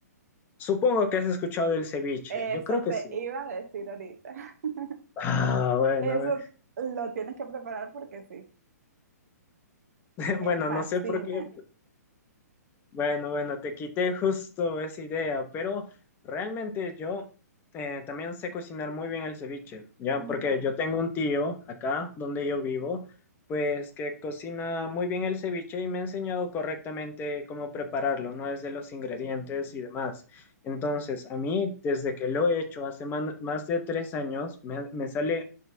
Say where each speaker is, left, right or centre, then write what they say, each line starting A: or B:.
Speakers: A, on the left (about 20°); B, on the right (about 60°).
A: Supongo que has escuchado del ceviche.
B: Eso
A: Yo creo que
B: te
A: sí.
B: iba a decir ahorita. <laughs>
A: Ah, bueno,
B: Eso
A: eh.
B: lo tienes que preparar porque sí,
A: <laughs>
B: me
A: bueno,
B: fascina.
A: no sé por qué. Bueno, bueno, te quité justo esa idea, pero realmente yo eh, también sé cocinar muy bien el ceviche, ¿ya?
B: Ajá.
A: Porque yo tengo un tío acá donde yo vivo, pues que cocina muy bien el ceviche y me ha enseñado correctamente cómo prepararlo, ¿no? Desde los ingredientes y demás. Entonces, a mí, desde que lo he hecho hace man- más de tres años, me, me sale